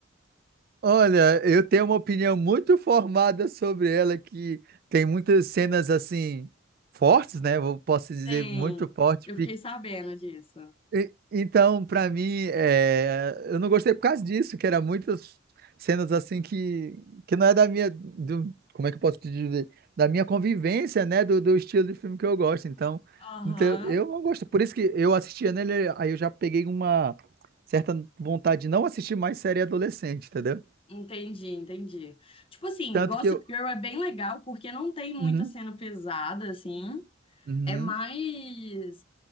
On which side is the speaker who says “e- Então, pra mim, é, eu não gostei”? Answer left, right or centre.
Right